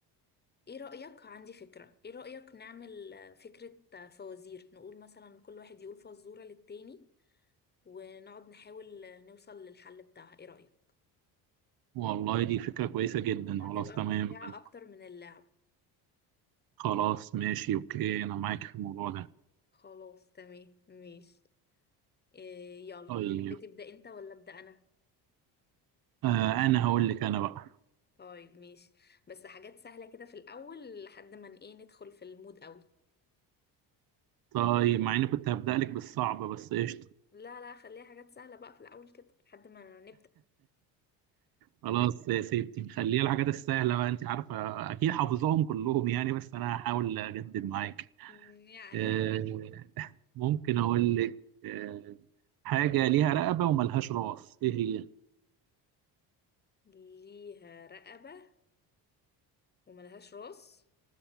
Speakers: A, on the left (about 25°); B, on the right (about 60°).
A: ايه رأيك عندي فكرة ايه رأيك نعمل فكرة فوازير نقول مثلا كل واحد يقول فزورة للتاني ونقعد نحاول نوصل للحل بتاعها ايه رأيك
B: والله دي فكرة كويسة جدا
A: هتبقى
B: خلاص تمام
A: ممتعة
B: أنا
A: اكتر من اللعب
B: خلاص ماشي أوكي أنا معاك في الموضوع ده
A: خلاص تمام ماشي إيه يلا
B: طيب
A: تحبي تبدأ انت ولا أبدأ انا
B: أه، أنا هقول لك أنا بقى
A: طيب ماشي بس حاجات سهلة كده في الأول لحد ما ن- ايه ندخل في المود قوي
B: طيب مع إني كنت هبدأ لك بالصعب بس إيش
A: لا لا خليها حاجات سهلة بقى في الأول كده لحد ما نبدأ
B: خلاص يا ستي خليها الحاجات السهله بقى انت عارفه اكيد حافظاهم كلهم يعني بس انا هحاول اجدد معاك
A: مم، يعني
B: آه، ممكن اقول لك آه، حاجه ليها رقبه وملهاش راس ايه هي
A: ليها رقبة وملهاش راس